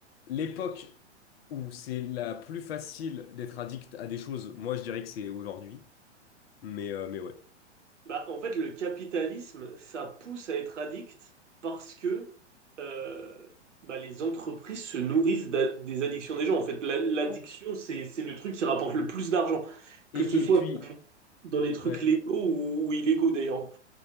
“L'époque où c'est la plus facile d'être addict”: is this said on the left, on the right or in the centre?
Left